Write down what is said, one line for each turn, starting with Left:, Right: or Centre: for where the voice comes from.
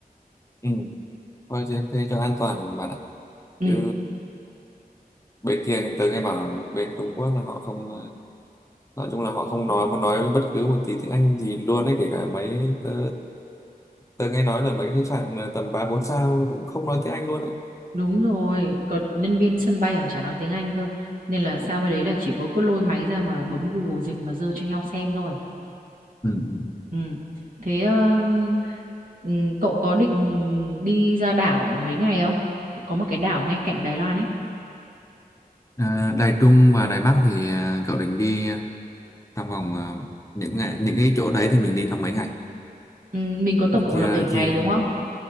Left: Ừ. Thôi thế, thế cho an toàn bạn ạ.
Right: ừ
Left: Chứ bên kia thì tớ nghe bảo bên Trung Quốc là họ không nói chung là họ không nói muốn nói bất cứ một tí tiếng Anh gì luôn ấy kể cả mấy tớ, tớ nghe nói là mấy khách sạn ờ, tầm ba bốn sao cũng không nói tiếng Anh luôn ấy.
Right: đúng rồi còn nhân viên sân bay còn chả nói tiếng Anh cơ nên là sao mới đấy là chỉ có cứ lôi máy ra mà bấm Google dịch mà dơ cho nhau xem thôi
Left: Ừ. ừ.
Right: ừ thế um, ừ, cậu có định đi ra đảo mấy ngày không có một cái đảo ngay cạnh Đài Loan ấy
Left: À, Đài Trung và Đài Bắc thì à, cậu định đi à, trong vòng à, những ngày, những cái chỗ đấy thì mình đi trong mấy ngày
Right: Ừm, mình có tổng
Left: mình
Right: cộng
Left: chưa
Right: là 7 ngày
Left: chưa
Right: đúng không?